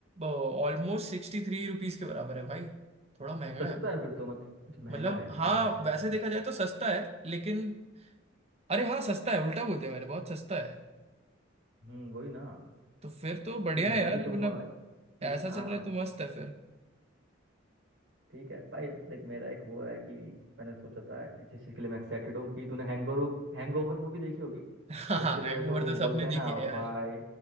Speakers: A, on the right; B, on the right.
A: ऑलमोस्ट सिक्सटी थ्री रुपीज के बराबर है भाई थोड़ा महंगा
B: सस्ता
A: है
B: है फिर तो मत कुछ महंगा
A: मतलब
B: है नहीं
A: हाँ
B: यार महंगा है
A: वैसे
B: महंगा
A: देखा जाए तो सस्ता है लेकिन अरे हाँ सस्ता है उल्टा बोल दिया मैंने बहुत सस्ता है
B: है। हम्म वही ना
A: तो फिर तो बढ़िया
B: नहीं महंगा
A: है यार
B: ही तो
A: मतलब
B: हुआ ठीक
A: ऐसा
B: हाँ
A: चल रहा
B: हाँ,
A: है तो मस्त है फिर
B: ठीक है भाई देख मेरा एक वो है कि मैंने सोचा था कि जिस चीज़ के लिए मैं एक्साइटेड हूँ कि तूने हैंगओवर हैंगओवर मूवी देखी होगी
A: <laughs> हाँ
B: उसके अंदर
A: हैंगओवर
B: जैसे वो
A: तो
B: बोलते
A: सबने
B: हैं ना
A: देखी है यार
B: भाई